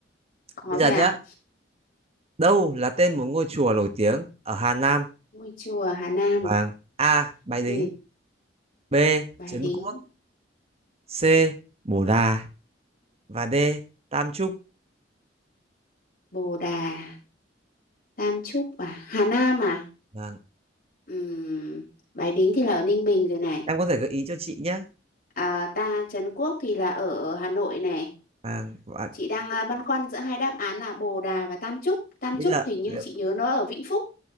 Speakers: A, on the left (about 55°); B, on the right (about 35°).
A: có
B: bây
A: rồi
B: giờ nhá
A: à?
B: đâu là tên một ngôi chùa nổi tiếng ở Hà Nam
A: Ngôi chùa Hà Nam,
B: Vâng. A. Bái Đính.
A: ừ,
B: B.
A: Bái
B: Trấn
A: Đính,
B: Quốc. C. Bồ Đà. Và D. Tam Trúc.
A: Bồ Đà, Tam Chúc à, Hà Nam à?
B: Vâng.
A: Ừm, Bái Đính thì là ở Ninh Bình rồi này.
B: Em có thể gợi ý cho chị nhé.
A: À, ta Trấn Quốc thì là ở Hà Nội này.
B: Vâng. Và
A: Chị đang à, băn khoăn giữa hai đáp án là Bồ Đà và Tam Chúc. Tam
B: bây
A: Chúc
B: giờ
A: hình như
B: nếu,
A: chị nhớ nó ở Vĩnh Phúc.